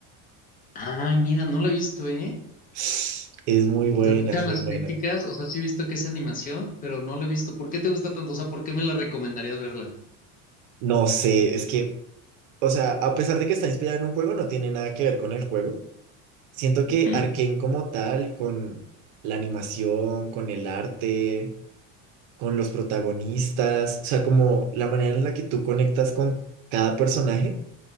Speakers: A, on the left; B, on the right.
A: Ah, mira, no la he visto, ¿eh?
B: <sniffs> Es muy buena,
A: O sea, escuchar
B: es
A: las
B: muy buena.
A: críticas, o sea, sí he visto que es animación, pero no la he visto. ¿Por qué te gusta tanto? O sea, ¿por qué me la recomendarías verla?
B: No sé, es que, o sea, a pesar de que está inspirada en un juego, no tiene nada que ver con el juego. Siento que
A: Ujú.
B: Arcane como tal, con la animación, con el arte, con los protagonistas, o sea, como la manera en la que tú conectas con cada personaje